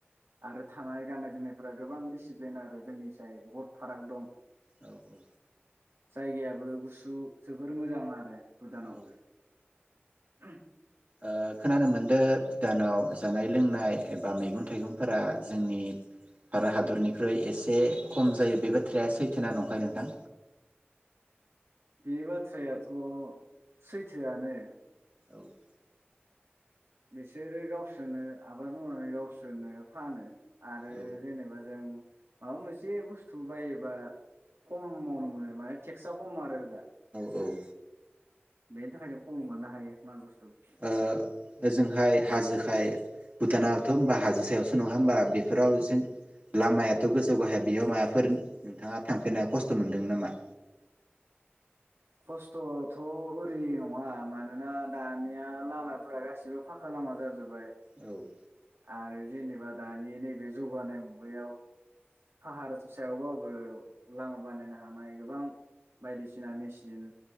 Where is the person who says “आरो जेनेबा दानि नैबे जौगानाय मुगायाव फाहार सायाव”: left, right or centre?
Right